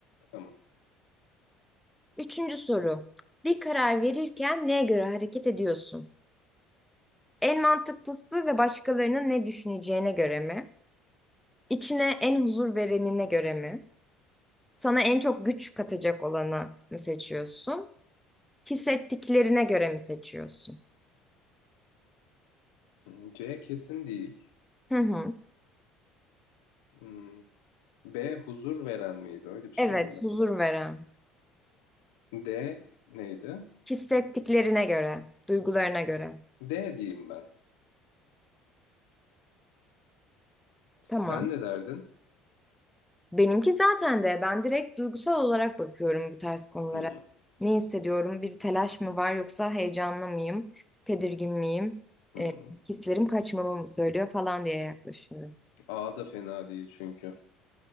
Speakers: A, on the left; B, in the centre.
A: Tamam.
B: Üçüncü soru. Bir karar verirken neye göre hareket ediyorsun? En mantıklısı ve başkalarının ne düşüneceğine göre mi? İçine en huzur verenine göre mi? Sana en çok güç katacak olana mı seçiyorsun? Hissettiklerine göre mi seçiyorsun?
A: Hı, C kesin değil.
B: Hı hı.
A: Hmm, B huzur veren miydi? Öyle bir şey
B: Evet,
A: miydi?
B: huzur veren.
A: D neydi?
B: Hissettiklerine göre, duygularına göre.
A: D diyeyim ben. Sen
B: Tamam.
A: ne derdin?
B: Benimki zaten de ben direkt duygusal olarak bakıyorum bu tarz konulara.
A: Hmm,
B: Ne hissediyorum? Bir telaş mı var yoksa heyecanlı mıyım? Tedirgin miyim?
A: hmm.
B: E, hislerim kaçmamı mı söylüyor falan diye yaklaşıyorum.
A: A da fena değil çünkü.